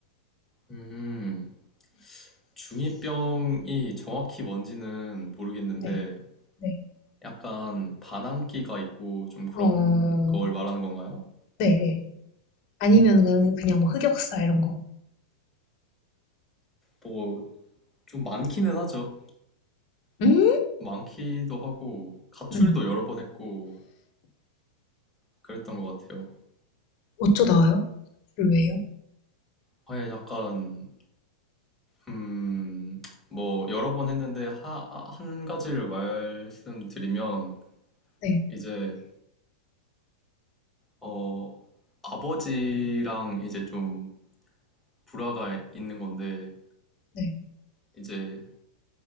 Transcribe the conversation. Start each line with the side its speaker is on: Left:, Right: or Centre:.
Centre: 음, 중이병이 정확히 뭔지는 모르겠는데,
Left: 네, 네,
Centre: 약간 반항기가 있고 좀 그런
Left: 어,
Centre: 걸 말하는 건가요?
Left: 네, 네. 아니면 그냥 뭐 흑역사 이런 거.
Centre: 뭐, 좀 많기는 하죠.
Left: 음.
Centre: 많기도 하고, 가출도
Left: 음.
Centre: 여러 번 했고, 그랬던 것 같아요.
Left: 어쩌다가요? 를 왜요?
Centre: 아예 약간 음, 뭐, 여러 번 했는데, 하, 아, 한 가지를 말씀드리면,
Left: 네.
Centre: 이제, 어, 아버지랑 이제 좀 불화가 있는 건데,
Left: 네.
Centre: 이제